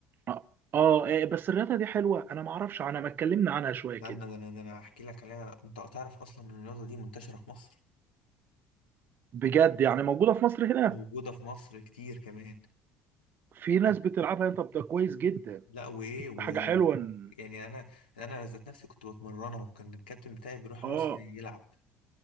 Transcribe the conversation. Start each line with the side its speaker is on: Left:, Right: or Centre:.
Right: اه آه، إيه، بس الرياضه دي حلوه انا ما اعرفش انا ما اتكلمنا عنها شويه كده
Left: لأن ده أنا ده أنا هحكي لك عليها أنت تعرف أصلا إن الرياضة دي منتشرة في مصر
Right: بجد يعني موجوده في مصر هنا
Left: موجودة في مصر كتير كمان
Right: في ناس بتلعبها طب ده كويس جدا
Left: لا وإيه و
Right: ده حاجه حلوه إن-
Left: يعني أنا أنا ذات نفسي كنت بتمرنها وكان الكابتن بتاعي بيروح
Right: اه
Left: روسيا يلعب